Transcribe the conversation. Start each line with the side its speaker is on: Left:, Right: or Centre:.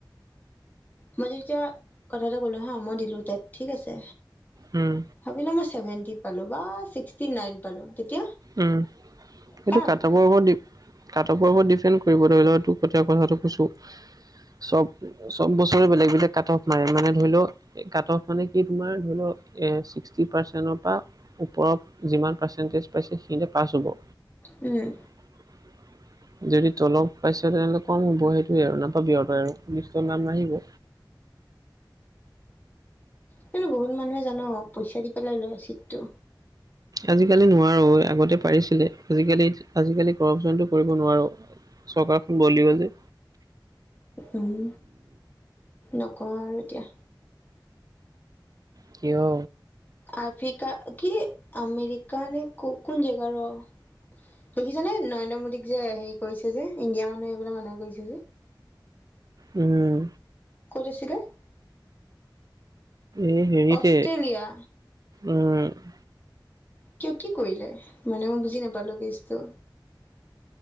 Left: মই যে যেতিয়া কথা এটা ক'লো হা মই দিলো তেট ঠিক আছে
Right: উম।
Left: ভাবিলো মই ছেভেন্টি পালো বা ছিক্সটি নাইন। পালো তেতিয়া
Right: উম সেইটো
Left: পাম
Right: কাট ও ওব দি, কাটঅফৰ লগত দিফেন কৰিব লাগিব তোক এতিয়া কথাটো কৈছোঁ। চব চব বছৰে বেলেগ বেলেগ কাট অফ মাৰে মানে ধৰি লও এই কাট অফ মানে কি তোমাৰ ধৰি লও এ ছিক্সটি পাৰ্চেন্টৰ পৰা ওপৰত যিমান পাৰ্চেণ্টেজ পাইছে সিয়েই পাছ হ'ব।
Left: উম।
Right: <inaudible> যদি তলত পাইছ তেনেহ'লে কম হ'ব সেইটোৱে আৰু নাপাবি আৰু তই আৰু লিষ্টত নাম নাহিব।
Left: কিন্তু বহুত মানুহে জান পইচা দি পেলাই লয় ছিটটো?
Right: আজিকালি নোৱাৰো, আগতে পাৰিছিলে আজিকালি আজিকালি কৰপচনটো কৰিব নোৱাৰো। চৰকাৰখন বদলি গল যে।
Left: উম, নকওঁ আৰু এতিয়া।
Right: কিয়?
Left: আফ্ৰিকা কি আমেৰিকা নে ক কোন জেগা ৰ দেখিছানে নৰেন্দ্ৰ মোদীক যে হেৰি কৰিছে যে ইণ্ডিয়া মানুহে আহিবলৈ মানা কৰিছে যে?
Right: উম।
Left: ক'ত আছিলে?
Right: এই হেৰিতে
Left: অষ্ট্ৰেলিয়া
Right: উম
Left: কিয় কি কৰিলে? মানে মই বুজি নাপালো কেছটো?